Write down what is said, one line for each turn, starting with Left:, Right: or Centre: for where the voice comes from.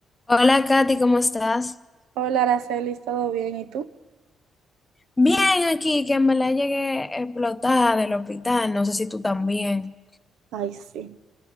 Left: Hola Katy, ¿cómo estás?
Right: Hola, Araceli, ¿todo bien? ¿Y tú?
Left: Bien, aquí, que en verdad llegué explotada del hospital, no sé si tú también.
Right: Ay, sí,